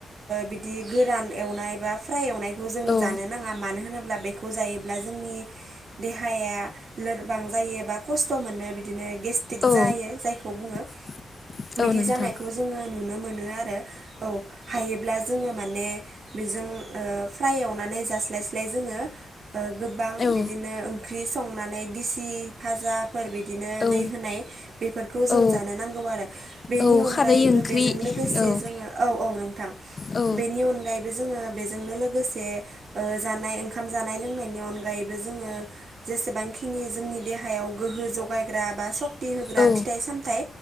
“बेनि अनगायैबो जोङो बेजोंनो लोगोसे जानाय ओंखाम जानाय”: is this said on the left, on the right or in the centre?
Right